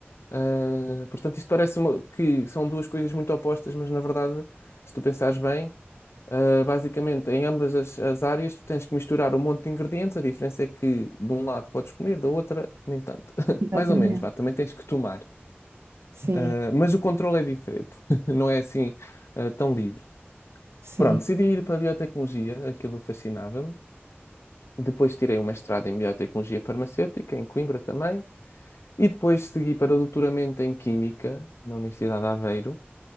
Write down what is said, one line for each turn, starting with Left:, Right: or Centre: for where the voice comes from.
Left: Ah, portanto, isto parece uma- que são duas coisas muito opostas, mas na verdade, se tu pensares bem. Uh, basicamente, em ambas as, as áreas, tu tens que misturar um monte de ingredientes. A diferença é que de um lado podes comer, da outra, nem tanto. <laughs>
Right: exatamente.
Left: Mais ou menos, vá, também tens que tomar.
Right: Sim,
Left: Uh, mas o controle é diferente, <laughs> não é assim, uh, tão livre.
Right: sim,
Left: Pronto, decidi ir para a biotecnologia, aquilo fascinava-me. Depois tirei um mestrado em biotecnologia farmacêutica, em Coimbra também. E depois segui para o doutoramento em Química, na Universidade de Aveiro.